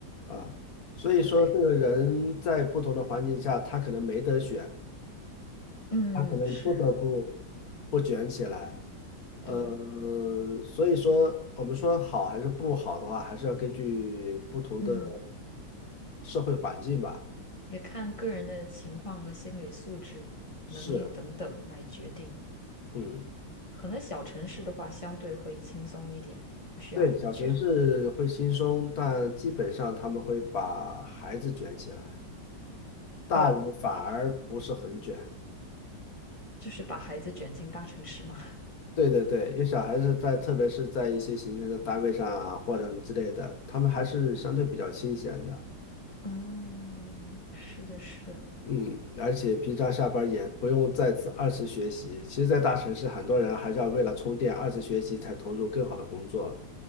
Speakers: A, on the left; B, on the left.
A: 啊，所以说这个人在不同的环境下，
B: 对，
A: 他可能没得选，
B: 嗯，
A: 他可能不得不
B: 是，
A: 不卷起来。呃，
B: 对，
A: 所以说我们说好还是不好的话，还是要根据不同的
B: 嗯，
A: 社会环境吧。
B: 也看个人的情况和心理素质、
A: 是，
B: 能力等等来决定。
A: 嗯，
B: 可能小城市的话，相对会轻松一点，不需要那么卷。
A: 对，小城市会轻松，但基本上他们会把孩子卷起来，大人反而不是很卷。
B: 哦，就是把孩子卷进大城市嘛。<laughs>
A: 对对对，因为小孩子在，特别是在一些行政的单位上啊，或者什么之类的，他们还是相对比较清闲的。
B: 嗯，是的，是的，
A: 嗯，而且平常下班儿也不用再次二次学习。其实，在大城市，很多人还是要为了充电，二次学习才投入更好的工作。